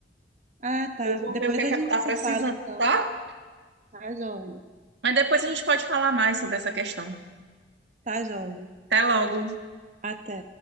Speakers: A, on the right (about 40°); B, on the right (about 70°).
A: Ah, tá.
B: Eu vou
A: Depois
B: ver o que é
A: a
B: que
A: gente
B: ela tá
A: se
B: precisando,
A: fala, então.
B: tá?
A: Tá joia.
B: Mas depois a gente pode falar mais sobre essa questão.
A: Tá joia.
B: Até logo.
A: Até.